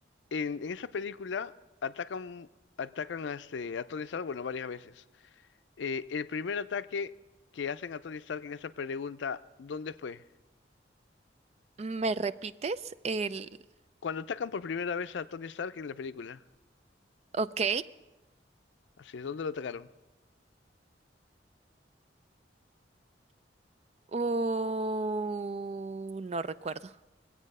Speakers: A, on the left (about 80°); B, on the right (about 35°).
A: en, en esa película atacan, atacan a, este, a Tony Stark, bueno, varias veces. Eh, el primer ataque que hacen a Tony Stark en esa pregunta, ¿dónde fue?
B: ¿Me repites el
A: Cuando atacan por primera vez a Tony Stark en la película,
B: ok?
A: así es, ¿dónde lo atacaron?
B: Uh, no recuerdo.